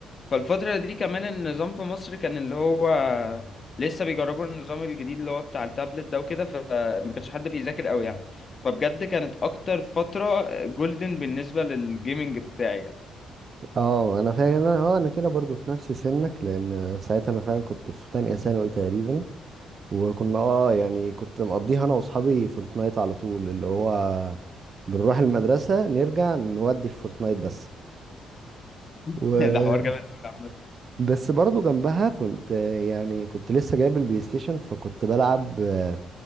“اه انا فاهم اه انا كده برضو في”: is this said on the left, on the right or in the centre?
Right